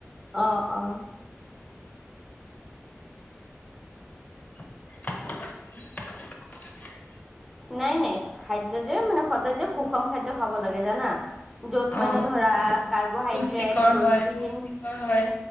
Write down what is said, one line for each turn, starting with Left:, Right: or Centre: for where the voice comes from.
Centre: অ অ
Left: <inaudible>
Centre: নাই নাই খাদ্য যে মানে সদায় যে সুষম খাদ্য খাব লাগে জানা য'ত মানে
Left: অ
Centre: ধৰা
Left: পুষ্টিকৰ
Centre: কাৰ্বহাইড্ৰেট, প্ৰটিন
Left: হয় পুষ্টিকৰ হয়